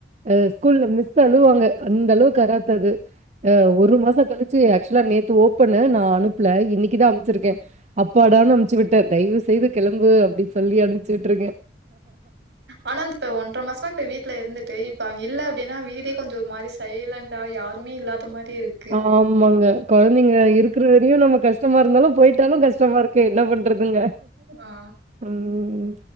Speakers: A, on the right; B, on the right.
A: அ ஸ்கூல்ல மிஸ் ஸு அழுவாங்க அந்த அளவுக்கு அராத்தது ஆ ஒரு மாச கழிச்சு ஆக்சுவலா நேத்து ஓப்பன்னு நா அனுப்புல இன்னக்குதா அனுப்ச்சிருக்கே அப்பாடான்னு அனுப்ச்சு விட்டே தயவு செய்து கெளம்பு அப்டின்னு சொல்லி அனுப்பிச்சு விட்டுருக்கே
B: ஆனா இப்ப ஒன்றர மாசமா இப்ப வீட்ல இருந்துட்டு இப்ப அவய்ங்க இல்ல அப்டின்னா வீடே கொஞ்சோ ஒரு மாரி சைலன் ட்டா யாருமே இல்லாத மாரியே இருக்
A: ஆமாங்க கொழந்தங்க இருக்கற வரையு நம்ம கஷ் டமா இருந்தாலு போயிட்டாலு கஷ்டமா இருக்கே என்ன பண்றதுங்க
B: ஆ
A: ம்